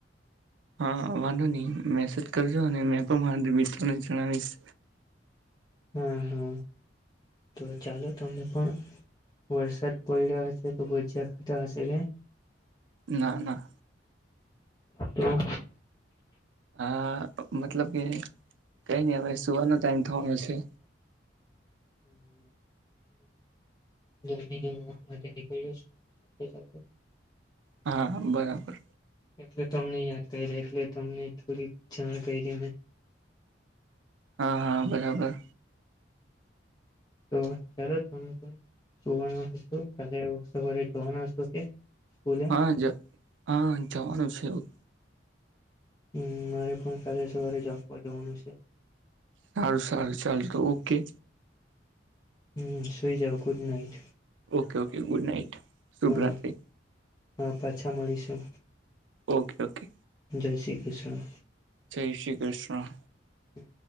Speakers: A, on the right; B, on the left.
A: હા વાંધો નહી મેસેજ કરજો અને મેં પણ મા મિત્રોને જણાવીશ.
B: હા હા તો ચાલો તમને પણ વરસાદ પડ રહ્યો હશે તો ભજયા ખાતા હશે કે
A: ના ના
B: તો
A: હા મતલબ કે કઈ નહી હવે સુવાર નો ટાઈમ થવાનો છે.
B: ગરમી ના માટે નીકળ્યો.
A: હા બરાબર
B: એટલે તમને યાદ કરી રહ્યા એટલે તમને થોડી જાણ કરી દ મેને
A: હા હા બરાબર.
B: તો ચાલો ત પણ જોવા કાલે સવારે જોવાનું હ કે સ્કૂલે
A: હા જ હા જવાનું છે. હવ
B: હમ, મારે પણ કાલે સવારે જમવા જવાનું છે.
A: સારું સારું, ચાલ તો ઓકે.
B: હમ, સુઈ જાઓ, good night.
A: Okay, okay, good night. શુભરાત્રિ.
B: હા હા, પાછા મળીશું.
A: Okay, okay.
B: જય શ્રી કૃષ્ણ.
A: જય શ્રી કૃષ્ણ.
B: હમ.